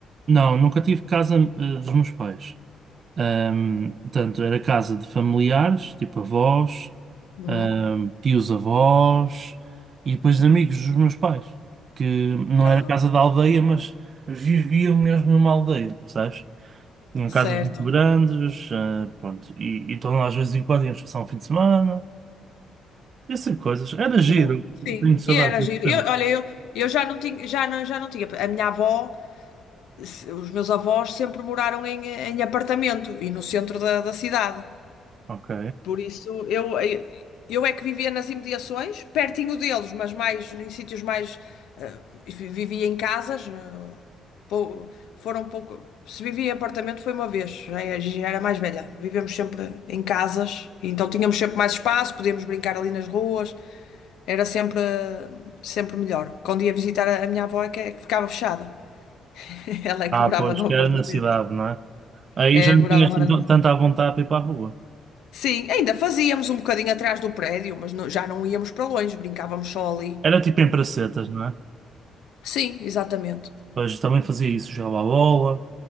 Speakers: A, on the right (about 50°); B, on the left (about 80°).
A: não, nunca tive casa, ah, dos meus pais. Ahm, portanto, era casa de familiares, tipo avós,
B: Uhum.
A: ahm, tios avós e depois de amigos dos meus pais, que não
B: Ah,
A: era casa da aldeia, mas viviam mesmo numa aldeia, sabes? Tinham
B: certo.
A: casas muito grandes, ah, pronto, e e estão lá às vezes em quando, iam passar um fim de semana, essas coisas. Era giro,
B: Boa. Sim,
A: tenho saudades
B: e era
A: desse
B: giro.
A: tempo.
B: Eu, olha, eu, eu já não tinha, já não, já não tinha. A minha avó, se- os meus avós sempre moraram em, em apartamento e no centro da, da cidade.
A: Ok.
B: Por isso, eu, eu é que vivia nas imediações, pertinho deles, mas mais em sítios mais. eh, vi- vivia em casas. eh, pou- foram pouco. Se vivia em apartamento foi uma vez, já é- já era mais velha. Vivemos sempre em casas, então tínhamos sempre mais espaço, podíamos brincar ali nas ruas, era sempre, eh, sempre melhor. Quando ia visitar a a minha avó, é que, é que ficava fechada. <laughs> Ela é
A: Ah,
B: que morava
A: pois,
B: no
A: que
B: apartamento.
A: era na cidade, não é? Aí
B: É,
A: já não
B: morava,
A: tinhas
B: morava.
A: tanto- tanta à vontade para ir para a rua.
B: Sim, ainda fazíamos um bocadinho atrás do prédio, mas não- já não íamos para longe, brincávamos só ali.
A: Era tipo em pracetas, não é?
B: Sim, exatamente.
A: Pois também fazia isso, jogava a bola,